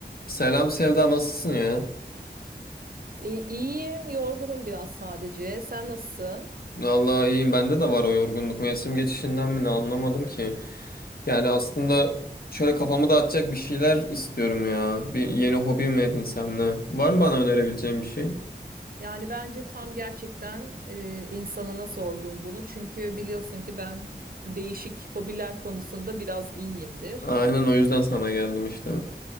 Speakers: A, on the left; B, on the right.
A: Selam Sevda nasılsın ya?
B: İ- İyiyim, yorgunum biraz sadece. Sen nasılsın?
A: Vallahi iyiyim bende de var o yorgunluk mevsim geçişinden mi ne anlamadım ki. Yani aslında şöyle kafamı dağıtacak bir şeyler istiyorum ya. Bir yeni hobi mi edinsem ne? Var mı bana önerebileceğin bir şey?
B: Yani bence tam gerçekten e, insanına sordun bunu. Çünkü biliyorsun ki ben değişik hobiler konusunda biraz iyiyimdir.
A: Aynen o yüzden sana geldim işte.